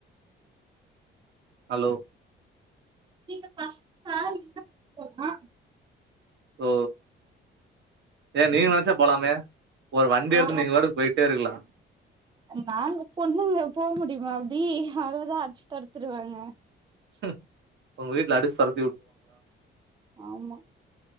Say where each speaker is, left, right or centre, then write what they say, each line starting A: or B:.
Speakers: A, on the right; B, on the right.
A: ஹலோ
B: நீங்க ஃபர்ஸ்ட் <unintelligible>
A: ஓ ஏ நீங்க நெனச்சா போலாமே ஒரு வண்டி
B: ஆ
A: எடுத்து நீங்க பாட்டுக்கு போயிட்டே இருக்கலா
B: நாங்க பொண்ணுங்க போக முடி அ பி அவ்ளே தான் அடிச்சு தொரத்திருவாங்க
A: ம் உங்க வீட்ல அடிச்சு தொர
B: ஆமா